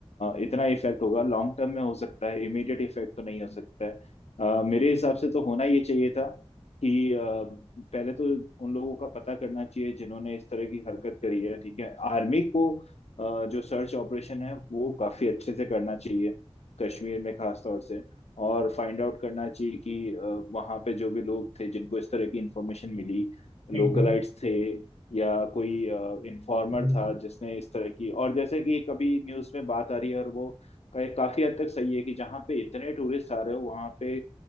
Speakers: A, on the left (about 80°); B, on the right (about 70°).
A: इतना इफेक्ट होगा लॉन्ग टर्म में हो सकता है इमीडिएट इफेक्ट तो नहीं हो सकता है अ, मेरे हिसाब से तो होना ये चाहिए था कि अ, पहले तो उन लोगों का पता करना चाहिए जिन्होंने इस तरह की हरकत करी है ठीक है आर्मी को अ, जो सर्च ऑपरेशन है वो काफी अच्छे से करना चाहिए कश्मीर में खास तौर से और फाइंड आउट करना चाहिए कि अ, वहाँ पे जो भी लोग थे जिनको इस तरह की इंफॉर्मेशन मिली
B: हम्म,
A: लोकलाइट्स
B: हम्म,
A: थे या कोई इन्फॉर्मर
B: हम्म।
A: था जिसने इस तरह की और जैसे कि कभी न्यूज़ में बात आ रही है और वो का- काफी हद तक सही है कि जहाँ पे इतने टूरिस्ट आ रहे हो वहाँ पे